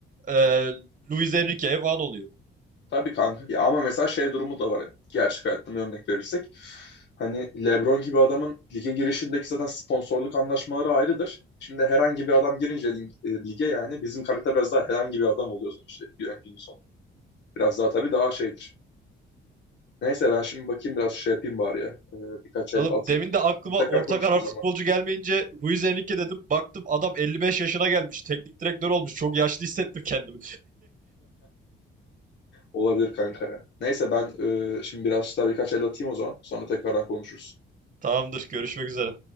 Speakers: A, on the right; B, on the left.
A: e, Luis Enrique falan oluyor.
B: Tabii kanka. Ya ama mesela şey durumu da var. hani, gerçek hayattan örnek verirsek. Hani LeBron gibi adamın lige girişindeki zaten sponsorluk anlaşmaları ayrıdır. Şimdi herhangi bir adam girince e, lige yani bizim karakter biraz daha herhangi bir adam oluyor sonuçta yani günün sonunda. Biraz daha tabii daha şeydir. Neyse ben şimdi bakayım biraz şey yapayım bari ya. Ee, birkaç el
A: Oğlum
B: atayım.
A: demin de aklıma
B: Hani tekrar
A: orta
B: konuşuruz
A: karar futbolcu
B: ama.
A: gelmeyince Luis Enrique dedim. Baktım adam 55 yaşına gelmiş. Teknik direktör olmuş. Çok yaşlı hissettim kendimi.
B: Olabilir kanka ya. Neyse ben e, şimdi biraz daha birkaç el atayım o zaman. Sonra tekrardan konuşuruz.
A: <laughs> Tamamdır. Görüşmek üzere.